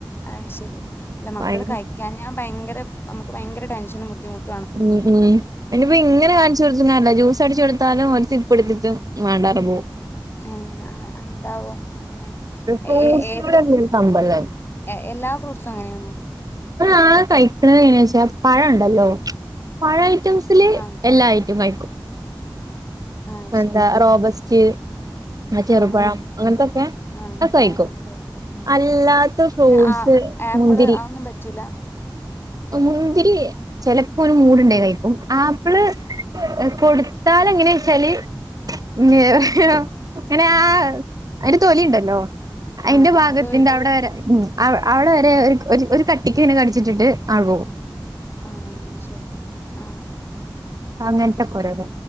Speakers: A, on the left (about 25°); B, on the right (about 45°).
A: ആ ശെരി അല്ല മക്കള്
B: ഭയ
A: കഴി ക്യാഞ്ഞാ ഭയങ്കര നമുക്ക് ഭയങ്കര ടെൻഷനും ബുദ്ധിമുട്ടും
B: മ് മ് നിപ്പോ ഇങ്ങനെ കാണിച്ചോട് <unintelligible> ല്ല ജ്യൂസ് അടിച്ചൊടുത്താലും ഓല് <unintelligible> വണ്ടാർന്പോവും
A: നേ ആ എന്താവൊം അങ്ങനെ
B: ഫ്രൂട്ട്സിനോട്
A: എ എ ഏത്
B: വലിയൊരു കമ്പല്ല
A: എ എല്ലാ ഫ്രൂട്ട്സും അങ്ങനേണോ
B: ഓനാകെ കഴിക്ക്ണ്എങ്ങനേച്ചാ പഴണ്ടല്ലോ പഴ ഐറ്റംസില്
A: ആഹ്
B: എല്ലാ ഐറ്റം കഴിക്കും
A: ആഹ്
B: എന്താ
A: ശരി
B: റോബസ്റ്റ് ആ ചെറുപഴം
A: ആഹ് ആഹ്
B: അങ്ങനത്തൊക്കെ
A: ആഹ്
B: അകെഴിക്കും
A: പ ആഹ് കഴിക്കും ഉം
B: അല്ലാത്ത ഫ്രൂഡ്സ്
A: പിന്നെ ആ ആപ്പിള്
B: മുന്തിരി
A: അതൊന്നും പറ്റൂല
B: അമുന്തിരേ ചെലപ്പോന് മൂട്ണ്ടെനികഴിക്കും ആപ്പിള് കൊടുത്താലെങ്ങനെച്ചാല് മ് <unintelligible> ആഹ് ആ ങ്ങെനെ ആ അയ്ൻ്റെ തൊലിണ്ടല്ലോ അയിന്റെ
A: ആഹ്
B: ഭാഗത്തിന്റെ
A: അത് ഒഴിവാ
B: അവ്ടെ വരെ മ് അവ് അവിടെ വരെ ഒരു ഒരു ഒര് കട്ടിക്ക് ങ്ങനെ കടിച്ചിട്ടിട്ട് ആകൂ
A: ആ ശെരി ആ
B: അങ്ങൻതെ കൊരോന്ന്